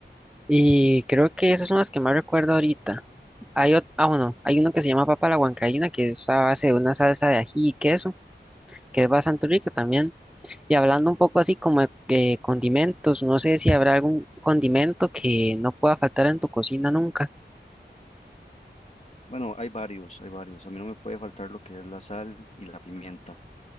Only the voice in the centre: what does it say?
Y creo que esas son las que más recuerdo ahorita. Hay ot- ah, bueno, hay uno que se llama papa a la huancaína, que es a base de una salsa de ají y queso, que es bastante rico también. Y hablando un poco así como de, de condimentos, no sé si habrá algún condimento que no pueda faltar en tu cocina nunca.